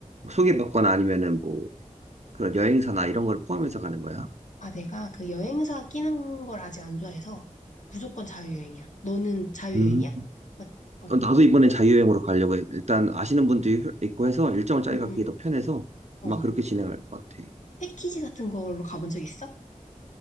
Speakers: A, on the right; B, on the left.
A: 소개받거나 아니면은 뭐 그런 여행사나 이런 거를 포함해서 가는 거야?
B: 아, 내가 그 여행사 끼는 걸 아직 안 좋아해서 무조건 자유여행이야. 너는 자유여행이야?
A: 음.
B: 맞, 어,
A: 어, 나도 이번엔 자유여행으로 가려고 해. 일단 아시는 분도 있- 있고 해서 일정을 짜기가
B: 응응
A: 그게 더 편해서
B: 어.
A: 아마 그렇게 진행할 것 같아.
B: 패키지 같은 걸로 가본 적 있어?